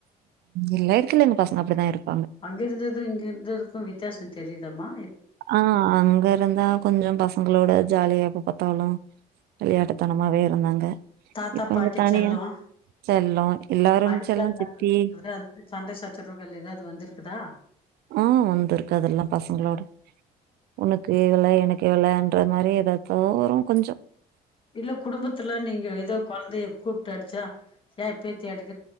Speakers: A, on the right; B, on the left.
A: எல்லா எடத்துலயும் எங்க பசங்க அப்டிதான் இருக்
B: அங்க இருந்ததும் இங்க இருந்ததுக்கும் வி வித்தியாசம் தெரியுதமா
A: ஆஹ அங்க இருந்தா கொஞ்சம் பசங்களோட ஜாலியா எப்ப பாத்தாலும் விளையாட்டுத்தனமாவே இருந்தாங்க
B: தாத்தா
A: இப்ப
B: பாட்டி
A: இங்க தனியா
B: செல்லம்
A: செல்லம் எல்லாரும்
B: அடிக்கல
A: செல்லம் சித்தி
B: அப்டி எதா சண்டை சச்சரவுகள் ஏதாவது வந்திருக்குதா
A: ஆஹ வந்திருக்கு அதெல்லாம் பசங்களோட உனக்கு எவ்ள எனக்கு எவ்ளன்ற மாரி ஏதா தோரும் கொஞ்சம்
B: இல்ல குடும்பத்துல நீங்க ஏதோ கொழந்தைய கூப்ட்டு அடிச்சா ஏன் பேத்தி அடிக்